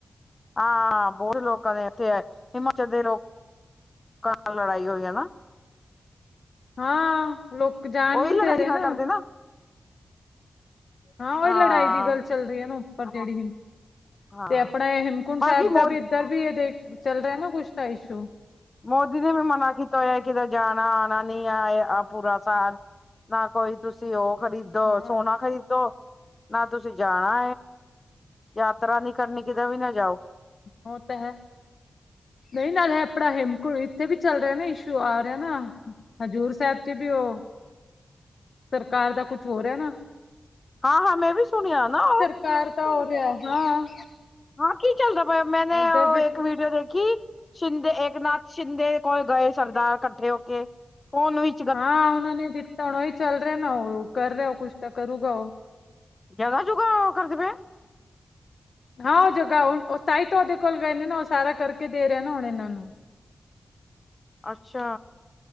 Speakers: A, on the left; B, on the left.
A: ਹਾਂ ਬਹੁਤ ਲੋਕਾਂ ਦੇ ਇੱਥੇ ਹੈ ਹਿਮਾਚਲ ਦੇ ਲੋਕਾਂ ਲੜਾਈ ਹੋਈ ਹੈ ਨਾ <unintelligible>
B: ਹਾਂ ਲੋਕ ਜਾਣ ਨਹੀ
A: ਉਹੀ ਲੜਾਈ
B: ਦੇ ਰਹੇ ਨਾ
A: ਕਰਦੇ
B: ਹਾਂ ਉਹੀ
A: ਹਾਂ
B: ਲੜਾਈ ਦੀ ਗੱਲ ਚੱਲ ਰਹੀ ਹੈ ਨਾ ਉੱਪਰ ਜਿਹੜੀ
A: ਹਾਂ
B: ਤੇ ਆਪਣਾ ਹੇਮਕੁੰਟ
A: ਬਾਕੀ
B: ਸਾਹਿਬ
A: ਮੋਦੀ
B: ਦਾ ਵੀ ਇਧਰ ਵੀ ਚੱਲ ਰਿਹਾ ਨਾ ਕੁਛ ਤਾਂ ਇਸ਼ੂ
A: ਮੋਦੀ ਨੇ ਵੀ ਮਨਾ ਕੀਤਾ ਹੋਇਆ ਕਿਤੇ ਜਾਣਾ ਆਉਣਾ ਨਹੀਂ ਆ ਪੂਰਾ ਸਾਲ ਨਾ ਕੋਈ ਤੁਸੀਂ ਉਹ <unintelligible> ਨਾ
B: ਹਾਂ
A: ਸੋਨਾ ਖਰੀਦੋ ਨਾ ਤੁਸੀਂ ਜਾਣਾ ਯਾਤਰਾ ਨਹੀ ਕਰਨੀ ਕਿਤੇ ਵੀ ਨਾ ਜਾਓ
B: ਓਹ ਤਾਂ ਹੈ ਨਹੀਂ ਨਾਲ ਹੈ ਆਪਣਾ ਹੇਮਕੁੰਟ ਇੱਥੇ ਵੀ ਚੱਲ ਰਿਹਾ ਨਾ ਇਸ਼ੂ ਆ ਰਿਹਾ ਨਾ ਹਜ਼ੂਰ ਸਾਹਿਬ ਚ, ਵੀ ਉਹ। ਸਰਕਾਰ ਦਾ, ਕੁਛ ਹੋ ਰਹਾ ਨਾ।
A: ਹਾਂ- ਹਾਂ, ਮੈਂ ਵੀ, ਸੁਣਿਆ ਨਾ ਉਹ।
B: ਘਰ ਤਾਂ, ਹੋ ਲਿਆ ਹਾਂ।
A: ਹਾਂ, ਕੀ ਚੱਲਦਾ ਪਿਆ। ਮੈਂਨੇ
B: ਉਧਰ
A: ਉਹ
B: ਵੀ
A: ਇੱਕ, ਵੀਡੀਓ ਦੇਖੀ। ਸ਼ਿੰਦੇ ਏਕਨਾਥ, ਸ਼ਿੰਦੇ ਕੋਲ ਗਏ। ਸਰਦਾਰ ਇਕੱਠੇ ਹੋ ਕੇ। ਫੋਨ ਵੀ-
B: ਹਾਂ, ਉਹਨਾਂ ਨੇ ਦਿੱਤਾ ਹੁਣ। ਉਹੀ ਚੱਲ ਰਿਹਾ ਨਾ, ਉਹ ਕਰ ਰਿਹਾ। ਉਹ ਕੁਛ ਤਾਂ ਕਰੂਗਾ ਉਹ।
A: ਜਗਾ- ਜੁਗਾ, ਔ ਕਰਦੇ ਪੈਂਣ।
B: ਹਾਂ, ਉਹ ਜਗਾ ਹੁਣ, ਤਾਈ ਤਾ ਓਦੇ ਕੋਲ ਗਣੇ, ਨੇ ਨਾ ਔ ਸਾਰਾ ਕਰ ਕੇ, ਦੇ ਰਿਹਾ ਹੈ। ਨਾ ਣਨਾਂਨੂੰ।
A: ਅੱਛਾ!